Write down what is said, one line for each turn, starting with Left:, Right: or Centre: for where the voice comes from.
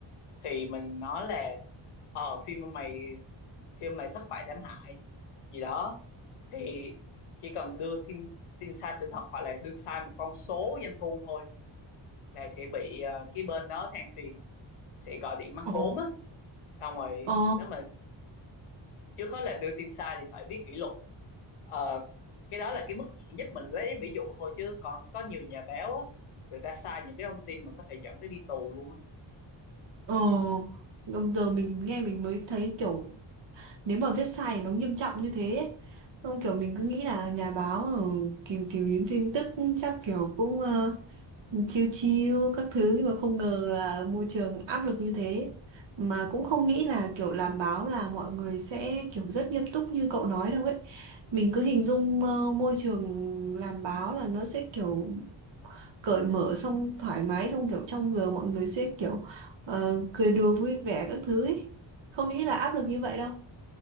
Left: thì mình nói là ờ phim mà mày phim mày thất bại thảm hại gì đó thì chỉ cần đưa tin tin sai sự thật hoặc là đưa sai một con số doanh thu thôi là sẽ bị ờ, cái bên đó than phiền sẽ gọi điện mắc
Right: Ồ,
Left: vốn á xong rồi
Right: ồ,
Left: nếu mà trước hết là đưa tin sai thì phải viết kỷ luật Ờ, cái đó là cái mức nhẹ nhất mình lấy ví dụ thôi chứ còn có nhiều nhà báo á người ta sai những cái thông tin mà có thể dẫn tới đi tù luôn á
Right: ồ. Giờ mình nghe mình mới thấy kiểu nếu mà viết sai thì nó nghiêm trọng như thế. ấy. Không kiểu mình cứ nghĩ là nhà báo ờ, tìm tìm kiếm tin tức chắc kiểu cũng ờ, chiêu chiêu các thứ nhưng mà không ngờ là môi trường áp lực như thế mà cũng không nghĩ là kiểu làm báo là mọi người sẽ kiểu rất nghiêm túc như cậu nói đâu ấy mình cứ hình dung ờ, môi trường làm báo là nó sẽ kiểu cởi mở xong thoải mái xong kiểu trong giờ mọi người sẽ kiểu ờ, cười đùa vui vẻ các thứ ấy không nghĩ là áp lực như vậy đâu